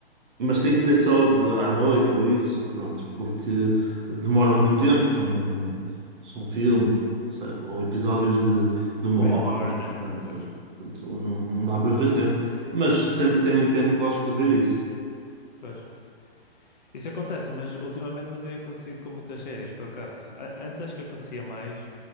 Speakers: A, on the right; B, on the left.
A: Mas tem que ser só de, à noite ou isso, pronto, porque demora muito tempo, são, são filmes, sei- ou episódios de, de uma
B: Aí
A: hora,
B: de uma hora, né?
A: portanto,
B: Pois,
A: portanto, não, não dá para ver sempre, mas sempre que tenho um tempo gosto de ver isso.
B: pois. Isso acontece, mas ultimamente não tem acontecido com muitas séries, por acaso. A- antes acho que acontecia mais